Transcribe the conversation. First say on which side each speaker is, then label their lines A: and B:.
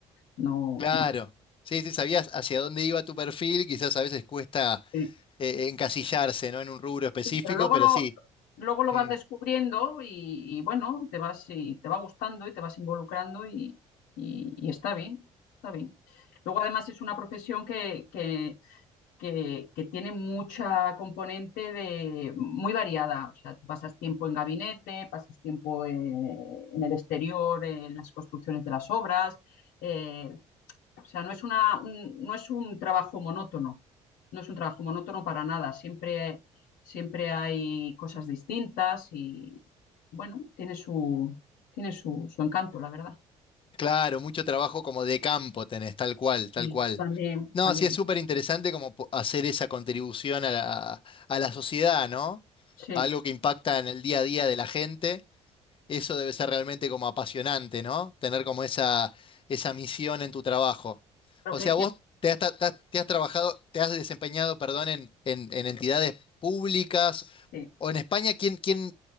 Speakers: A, on the left; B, on the left.
A: no,
B: Claro,
A: no.
B: sí, sí, sabías hacia dónde iba tu perfil, quizás a veces cuesta
A: Sí,
B: eh, encasillarse, ¿no? En un rubro específico,
A: sí, pero luego
B: pero
A: lo,
B: sí.
A: luego lo
B: Mm.
A: vas descubriendo y, y bueno, te vas y te va gustando y te vas involucrando y, y- y está bien, está bien. Luego además es una profesión que, que que, que tiene mucha componente de, muy variada. O sea, tú pasas tiempo en gabinete, pasas tiempo eh, en el exterior, en las construcciones de las obras. eh, o sea, no es una, un, no es un trabajo monótono, no es un trabajo monótono para nada. Siempre, siempre hay cosas distintas y, bueno, tiene su, tiene su, su encanto, la verdad.
B: Claro, mucho trabajo como de campo tenés, tal cual, tal
A: Y
B: cual.
A: también,
B: No,
A: también.
B: sí, es súper interesante como po- hacer esa contribución a la, a la sociedad, ¿no?
A: Sí,
B: Algo que impacta en el día a día de la gente. Eso debe ser realmente como apasionante, ¿no? Tener como esa, esa misión en tu trabajo.
A: creo
B: O
A: que,
B: sea,
A: que
B: vos
A: es,
B: te has, ta- ta- te has trabajado, te has desempeñado, perdón, en, en- en entidades públicas
A: sí.
B: o en España, ¿quién, quién,